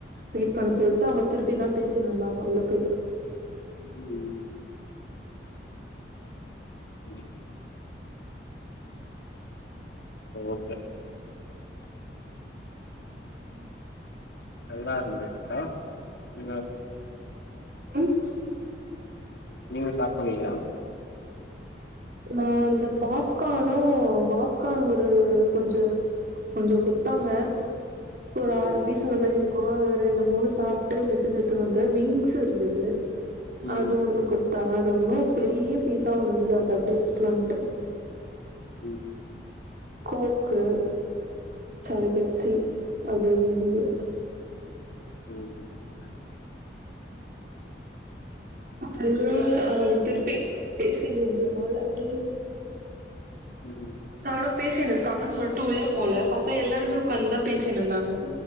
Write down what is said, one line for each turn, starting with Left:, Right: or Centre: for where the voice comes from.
Right: வெயிட் பண்ண சொல்ட்டு அவங்க திருப்பி தா பேசின்னுந்தாங்க உள்ள போய்
Left: ம் ரிலிஸ் ஓகே
Right: ம்
Left: நல்லா இருந்துச்சா நீங்க
Right: ம்
Left: நீங்க சாப்பிடலையா
Right: நான் இந்த டாப்கானும் பாப்கான் ஒரு கொஞ்ச கொஞ்ச குட்த்தாங்க ஒரு ஆறு பீஸூ அந்த மாரிருக்கு அது ரெண்டு மூணு சாப்ட்டு மிச்சத்தத் எடுத்துனு வந்த வீங்ஸ் இருந்தது
Left: ம்
Right: அது ஒன்னு குட்த்தாங்க அது ஒன்னு பெரிய பீஸா ஒன்னு வந்தது அத அப்டியே எடுத்துட்டு வந்டே
Left: ம்
Right: கோக்கு சாரி பெப்சி அது இருந்தது
Left: <inaudible>
Right: அதுல அவ திருப்பி பேசி முஞ்சதுனால அப்டியே
Left: ம்
Right: தொடப் பேசின்னு இருக்காங்கன்னு சொல்ட்டு உள்ள போல பாத்தா எல்லாருமே உக்காந்துந்தா பேசின்னு இருந்தாங்க